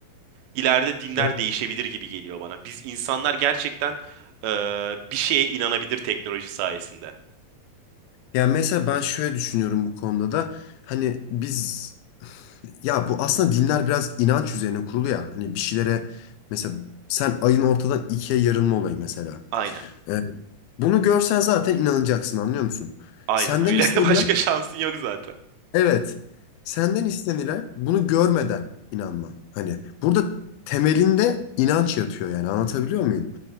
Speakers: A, on the right; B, on the left.
A: ileride dinler
B: Evet.
A: değişebilir gibi geliyor bana. Biz insanlar gerçekten e, bir şeye inanabilir teknoloji sayesinde.
B: Yani mesela ben şöyle düşünüyorum bu konuda da hani biz ya bu aslında dinler biraz inanç üzerine kurulu ya hani bir şeylere mesela sen ayın ortadan ikiye yarılma olayı mesela.
A: Aynen.
B: Ee, bunu görsen zaten inanacaksın anlıyor musun?
A: Aynen
B: Senden
A: öyle.
B: istenilen
A: <laughs> Başka şansın yok zaten.
B: evet senden istenilen bunu görmeden inanman. Hani burada temelinde inanç yatıyor yani anlatabiliyor muyum?